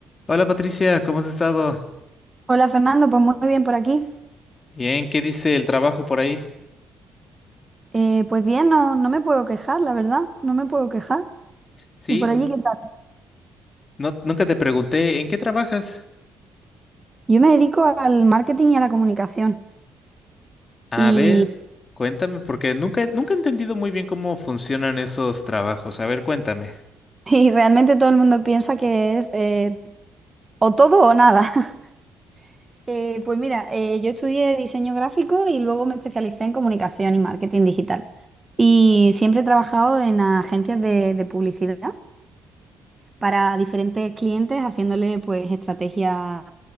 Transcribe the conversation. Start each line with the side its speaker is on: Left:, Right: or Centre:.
Left: Hola Patricia, ¿cómo has estado?
Right: Hola Fernando, pues muy bien por aquí.
Left: Bien, ¿qué dice el trabajo por ahí?
Right: Eh, pues bien, no, no me puedo quejar, la verdad, no me puedo quejar.
Left: Sí,
Right: ¿Y por
Left: n-
Right: allí qué tal?
Left: no, nunca te pregunté, ¿en qué trabajas?
Right: Yo me dedico al marketing y a la comunicación
Left: A
Right: y,
Left: ver, cuéntame, porque nunca, nunca he entendido muy bien cómo funcionan esos trabajos. A ver, cuéntame.
Right: <laughs> y realmente todo el mundo piensa que es eh, o todo o nada. <laughs> Eh, pues mira, eh, yo estudié diseño gráfico y luego me especialicé en comunicación y marketing digital. Y siempre he trabajado en agencias de de publicidad. para diferentes clientes, haciéndole pues estrategia